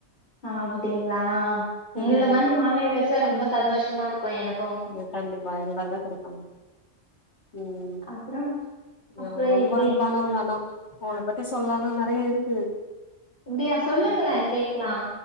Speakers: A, on the left (about 45°); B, on the left (about 75°).
A: ஆ அப்புடிங்ளா உங்கள
B: ம்
A: மாதி மாமியார் கெட்ச்சா ரொம்ப சந்தோஷமா ருக்கு எனக்கு
B: இல கண்டிப்பா எல்லார்க்கெ குடுப்பாங்க ம்ம்
A: அப்றோ அப்றோ
B: நவ் ரொம்ப
A: எப்டி
B: அன்பானவங் ஆனா வோன பத்தி சொல்லானு நறைய இருக்கு
A: அப்புடியா சொல்லுங்களே
B: ம்
A: கேக்லா